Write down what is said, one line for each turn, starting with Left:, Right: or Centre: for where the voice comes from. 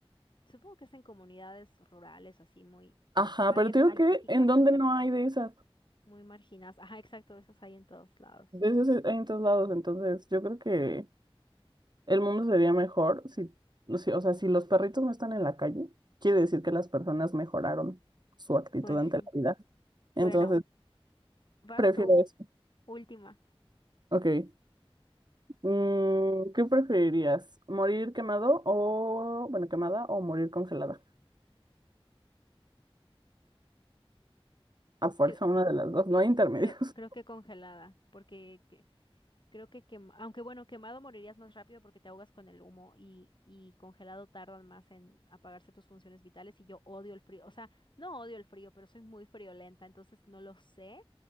Left: Supongo que es en comunidades rurales, así muy
Right: Ajá,
Left: áreas
Right: pero te
Left: específicas.
Right: digo que en donde no hay de esas,
Left: Muy marginadas. Ajá, exacto, esas hay en todos lados.
Right: de esas hay en todos lados. Entonces yo creo que El mundo sería mejor si, si- o sea, si los perritos no están en la calle, quiere decir que las personas mejoraron su actitud
Left: Pues
Right: ante
Left: sí.
Right: la vida. Entonces,
Left: Bueno, vas
Right: prefiero
Left: tú,
Right: eso.
Left: última.
Right: Ok. Mm, ¿qué preferirías? ¿Morir quemado o, bueno, quemada o morir congelada? A fuerza,
Left: Cre-
Right: una de las dos, no hay intermedios.
Left: creo, creo
Right: <laughs>
Left: que congelada, porque que- creo que quem- aunque bueno, quemado morirías más rápido porque te ahogas con el humo y, y congelado tardan más en apagarse tus funciones vitales y yo odio el frío. O sea, no odio el frío, pero soy muy friolenta, entonces no lo sé.